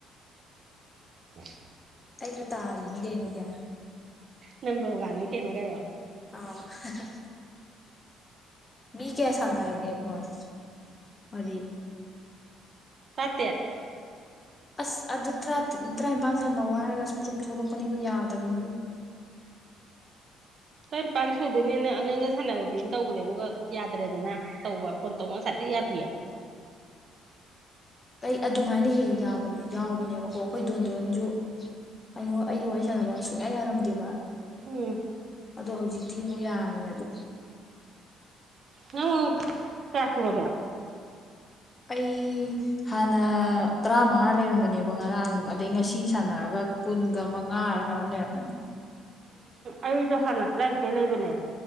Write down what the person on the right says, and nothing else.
<unintelligible>
ꯅꯝꯕꯝꯕꯔ ꯋꯥꯟꯅꯤ ꯀꯩꯅꯣ ꯀꯥꯏꯑꯣ꯫
ꯇꯥꯇꯦꯠ꯫
<inaudible> ꯄꯥꯟ ꯁꯣꯏꯗꯨꯅꯤꯅ ꯅꯪꯒ ꯁꯥꯟꯅꯔꯗꯤꯅ ꯇꯧꯕꯔꯦ ꯑꯗꯨꯒ꯫ ꯌꯥꯗ꯭ꯔꯦꯗꯅ ꯇꯧꯕ ꯐꯣꯟ ꯇꯧꯕ ꯉꯁꯥꯏꯗꯩ ꯌꯥꯗꯦꯌꯦ꯫
ꯍꯝ
ꯅꯪ ꯀꯌꯥ ꯁꯨꯔꯒꯦ?
ꯑꯩꯁꯨ ꯍꯥꯟꯅ ꯇꯔꯥꯅꯤꯊꯣꯏ ꯂꯩꯕꯅꯦ